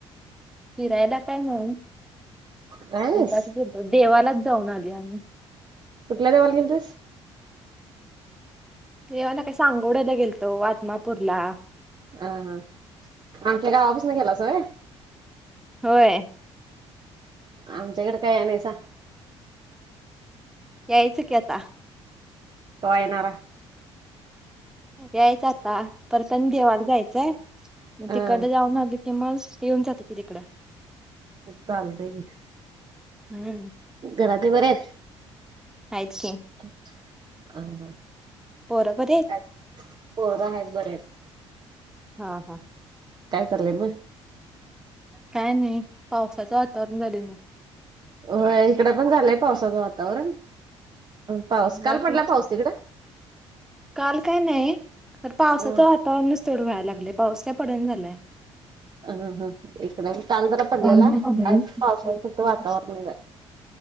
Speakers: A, in the centre; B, on the right (about 30°).
A: फिरायला काय नायी
B: काय नाहीस
A: हेवाच गेलो, देवालाच जाऊन आलोय आम्ही
B: कुठल्यां देवाला गेलतीस?
A: देवाला काय सांगोवडयाला गेलतो आदमापूरला
B: अं हां आमच्या गावापसंन गेलासा होय?
A: होंय.
B: आमच्याकडं का या नायीसा?
A: यायचं की आता.
B: कवा येनारा?
A: यायचं आता परतनी देवाला जायचंय,
B: हा
A: तिकडन जाऊन आलो- कि मगं येऊन जातो की तिकडं.
B: चालतंय की
A: हम्म
B: घरातली बरीयेत?
A: हायत की.
B: अं हं
A: पोरं बरी आहेत?
B: आज पोरं हायत बरी हायत.
A: हां हां.
B: काय चाललंय मगं?
A: काय नायी पावसाचं वातावरण झाले नव्ह.
B: होय इकडं पण झालंय पावसाचं वातावरण पाऊस
A: बघा
B: काल
A: की.
B: पडला पाऊस तीकड?
A: काल काय नाही खरं पावसाचं
B: होय.
A: वातावरणच तेवढं व्हायला लागलंय पाऊस काय पडणा झालाय.
B: हा हा इकडं काल जरा पडलेला
A: हम्म
B: आज पावसाच फक्त वातावरणच हाय.